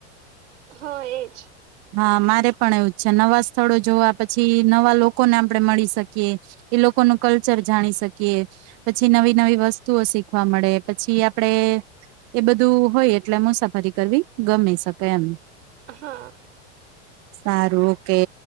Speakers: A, on the right; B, on the right.
A: હા એજ.
B: હા મારે પણ એવું છે નવા સ્થળો જોવા પછી નવા લોકોને આપણે મળી શકીએ, એ લોકોનું કલ્ચર જાણી શકીએ, પછી નવી નવી વસ્તુઓ શીખવા મળે પછી આપણેે, એ બધું હોય એટલે મુસાફરી કરવી ગમી શકે એમ.
A: હા
B: સારું ઓ કે.